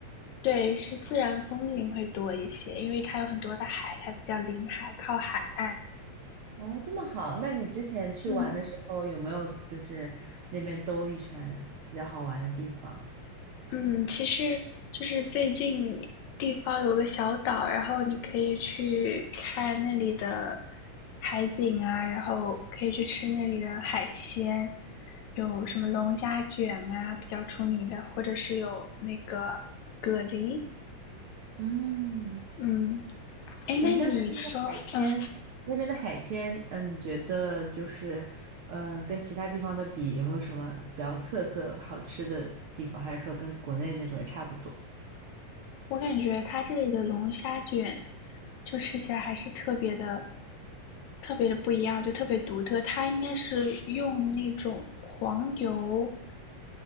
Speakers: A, on the left; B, on the right.
A: 对，是自然风景会多一些，因为它有很多的海，它比较临海，靠海岸。
B: 哦，这么好。那你之前去玩的时候有没有就是那边兜一圈比较好玩的地方？
A: 嗯，嗯，其实就是最近地方有个小岛，然后你可以去看那里的海景啊，然后可以去吃那里的海鲜，有什么龙虾卷啊，比较出名的，或者是有那个蛤蜊。
B: 嗯，
A: 嗯，哎，
B: 哎，
A: 那你说，
B: 那那边的海鲜，
A: 嗯，
B: 那边的海鲜，嗯，你觉得就是嗯跟其他地方的比，有没有什么比较特色好吃的地方，还是说跟国内那种也差不多？
A: 我感觉它这里的龙虾卷就吃起来还是特别的、特别的不一样，就特别独特。它应该是用那种黄油。